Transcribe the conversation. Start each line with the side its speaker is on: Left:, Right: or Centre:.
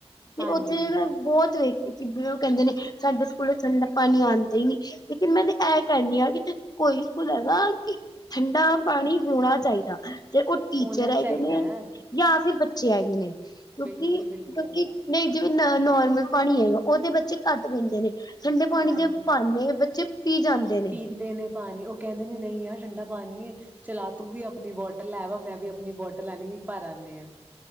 Left: ਤੇ
Right: ਹਾਂਜੀ
Left: ਉੱਥੇ ਏਦਾ ਬੋਹਤ ਵੇਖੇ ਕਿ ਓ ਕੇਂਦੇ ਨੇਂ ਸਾਡੇ ਸਕੂਲ ਠੰਡਾ ਪਾਣੀ ਆਂਦਾ ਈ ਨੀਂ ਲੇਕਿਨ ਮੈਂ ਤੇ ਐ ਕੈਣੀ ਆਂ ਕਿ ਕੋਈ ਸਕੂਲ ਹੈਗਾ ਕਿ ਠੰਡਾ ਪਾਣੀ ਹੋਣਾ ਚਾਈਦਾ, ਜੇ ਓ ਟੀਚਰ
Right: ਹੋਣਾ
Left: ਹੈਗੇ
Right: ਚਾਹੀਦਾ
Left: ਨੇਂ
Right: ਹੈ
Left: ਜਾਂ ਫਿਰ ਬੱਚੇ ਹੈਗੇ ਨੇਂ। ਕਿਉਂਕਿ
Right: ਬਿਲਕੁਲ ਬਿਲਕੁਲ
Left: ਕਿਉਂਕਿ ਨਈਂ ਜਿਵੇਂ ਨ ਨੋਰਮਲ ਪਾਣੀ ਹੈਗਾ ਓਹਤੇ ਬੱਚੇ ਘੱਟ ਪੀਂਦੇ ਨੇਂ, ਠੰਡੇ ਪਾਣੀ
Right: ਹਾਂਜੀ
Left: ਦੇ ਭਰਨੇ ਬੱਚੇ ਪੀ ਜਾਂਦੇ ਨੇ।
Right: ਪੀਂਦੇ ਨੇ ਪਾਣੀ ਓ ਕੇਂਦੇ ਨੇ ਨਈਂ ਯਾਰ ਠੰਡਾ ਪਾਣੀ ਏ ਚਲ ਆ ਤੂੰ ਵੀ ਆਪਣੀ ਬੋਟਲ ਲੈ ਵਾ ਮੈਂ ਵੀ ਆਪਣੀ ਬੋਟਲ ਲੈਣੀ ਭਰ ਆਨੇ ਆਂ।